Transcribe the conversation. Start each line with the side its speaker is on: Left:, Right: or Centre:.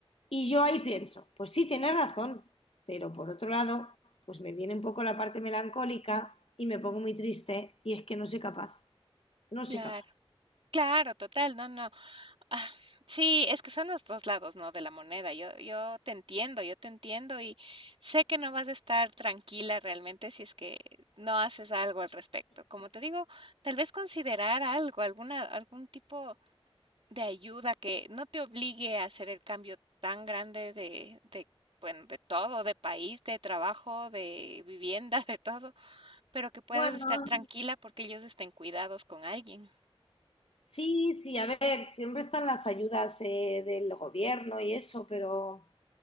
Left: Y yo ahí pienso, pues sí, tienes razón, pero por otro lado, pues me viene un poco la parte melancólica y me pongo muy triste y es que no soy capaz, no soy
Right: Claro,
Left: capaz.
Right: claro, total, no, no. Ah, sí, es que son los 2 lados, ¿no?, de la moneda. Yo yo te entiendo, yo te entiendo, y sé que no vas a estar tranquila realmente si es que no haces algo al respecto. Como te digo, tal vez considerar algo, alguna algún tipo de ayuda que no te obligue a hacer el cambio tan grande de de, bueno, de todo, de país, de trabajo, de vivienda, <laughs> de todo, pero que puedas
Left: Bueno,
Right: estar tranquila porque ellos estén cuidados con alguien.
Left: sí, sí, a ver, siempre están las ayudas eh, del gobierno y eso, pero